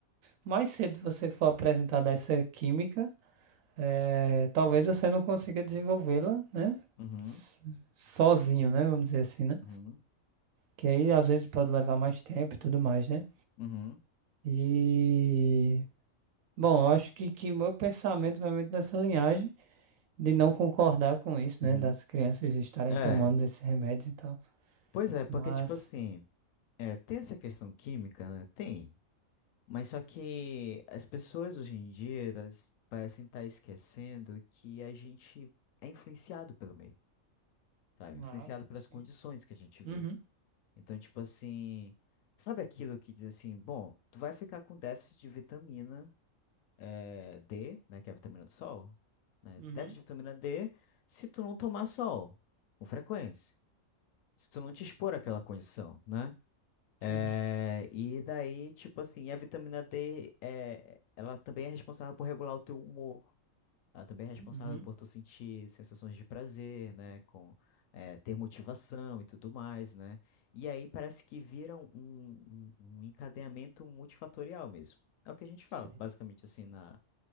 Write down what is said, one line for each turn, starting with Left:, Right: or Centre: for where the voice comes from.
Right: mais cedo você for apresentado a essa química, É, talvez você não consiga desenvolvê-la, né?
Left: uhum,
Right: s- Sozinho, né? Vamos dizer assim, né?
Left: uhum,
Right: Que aí às vezes pode levar mais tempo e tudo mais, né?
Left: uhum,
Right: E bom, eu acho que, que meu pensamento vai muito nessa linhagem de não concordar com isso,
Left: uhum.
Right: né? Das crianças estarem
Left: É,
Right: tomando esses remédios e tal.
Left: pois é, porque,
Right: Mas.
Left: tipo assim, é, tem essa questão química, né? Tem, mas só que as pessoas hoje em dia, elas parecem estar esquecendo que a gente é influenciado pelo meio, sabe? Influenciado
Right: Ah,
Left: pelas
Right: sim.
Left: condições que a gente vive.
Right: Uhum,
Left: Então, tipo assim, sabe aquilo que diz assim, bom, tu vai ficar com déficit de vitamina é, D, né, que é a vitamina do sol, né,
Right: uhum,
Left: déficit de vitamina D se tu não tomar sol com frequência, se tu não te expor àquela condição, né?
Right: sim.
Left: É, e daí, tipo assim, a vitamina D, é, ela também é responsável por regular o teu humor. Ela também é responsável
Right: Uhum,
Left: por tu sentir sensações de prazer, né? Com eh, ter motivação e tudo mais, né? E aí parece que viram um, um um encadeamento multifatorial mesmo. É o que a gente fala,
Right: sim.
Left: basicamente assim na